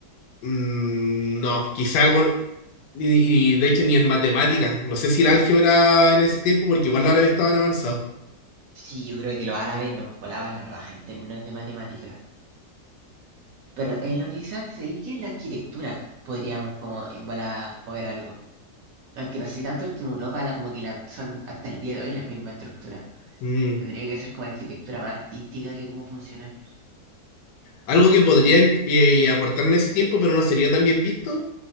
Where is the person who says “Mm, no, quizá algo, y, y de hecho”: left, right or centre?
Left